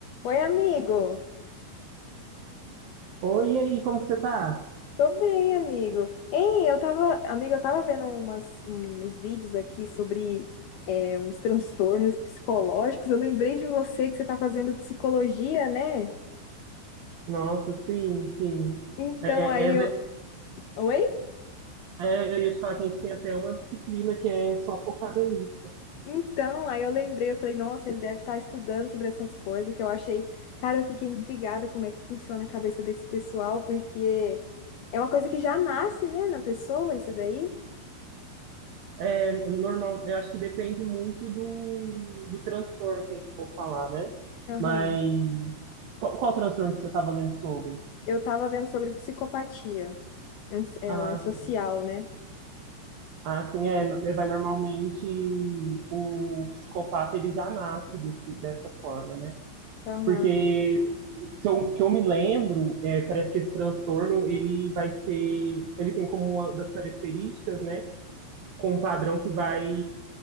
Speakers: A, on the left; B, on the right.
A: Oi, amigo.
B: Oi, e aí, como que você tá?
A: Tô bem, amigo. Ei, eu tava, amigo, eu tava vendo umas, uns vídeos aqui sobre é, uns transtornos psicológicos. Eu lembrei de você que você tá fazendo psicologia, né?
B: Nossa, sim, sim.
A: Então
B: É,
A: aí
B: é, é le-
A: eu. Oi?
B: é, eu ia te falar que a gente tem até uma disciplina que é só focada nisso.
A: Então, aí eu lembrei, eu falei, nossa, ele deve estar estudando sobre essas coisas que eu achei. Cara, eu fiquei intrigada como é que funciona a cabeça desse pessoal, porque é uma coisa que já nasce, né, na pessoa, isso daí.
B: É normal, eu acho que depende muito do, do transtorno que a gente for falar, né?
A: Aham.
B: Mas qual, qual transtorno que você estava lendo sobre?
A: Eu tava vendo sobre psicopatia. Antes- É
B: Ah,
A: o antissocial,
B: sim.
A: né?
B: Ah, sim, é, é, vai normalmente o psicopata ele já nasce desse, dessa forma, né?
A: Aham,
B: Porque se eu, que eu me lembro, é, parece que esse transtorno ele vai ser, ele tem como uma das características, né, com um padrão que vai